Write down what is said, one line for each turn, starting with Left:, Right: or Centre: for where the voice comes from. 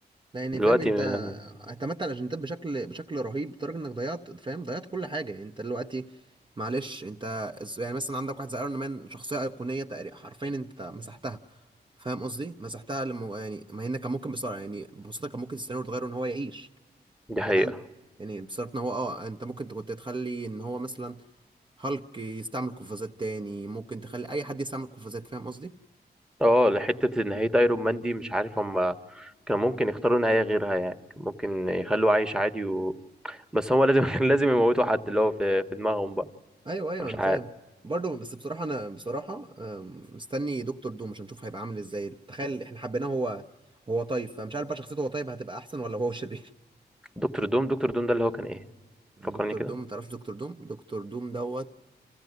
Right: يعني
Centre: دلوقتي
Right: فاهم انت
Centre: م-
Right: اعتمدت على الاجندات بشكل بشكل رهيب لدرجه انك ضيعت فاهم ضيعت كل حاجه يعني انت دلوقتي معلش انت يعني مثلا عندك واحد زي ايرون مان شخصيه ايقونيه تقريبا حرفيا انت مسحتها فاهم قصدي مسحتها لما يعني ما هنا كان ممكن بسرعه يعني ببساطه كان ممكن السيناريو يتغير ان هو يعيش
Centre: دي حقيقة
Right: يعني يعني بصراحه ان هو اه انت ممكن كنت تخلي ان هو مثلا هالك يستعمل قفازات تاني ممكن تخلي اي حد يستعمل قفازات فاهم قصدي
Centre: اه لحتة نهاية ايرون مان دي مش عارف هم كان ممكن يختاروا نهاية غيرها يعني كان ممكن يخلوه عايش عادي و... بس هو لازم <laughs> كان لازم يموتوا حد اللي هو في في دماغهم بقى
Right: ايوه ايوه
Centre: مش
Right: انا
Centre: عارف
Right: فاهم برضه بس بصراحه انا بصراحه آم، مستني دكتور دوم عشان نشوف هيبقى عامل ازاي تخيل احنا حبيناه هو هو طيب فمش عارف بقى شخصيته هو طيب هتبقى احسن ولا هو شرير
Centre: دكتور دوم دكتور دوم ده اللي هو كان ايه
Right: <laughs>
Centre: فكرني
Right: دكتور
Centre: كده
Right: دوم متعرفش دكتور دوم دكتور دوم دوت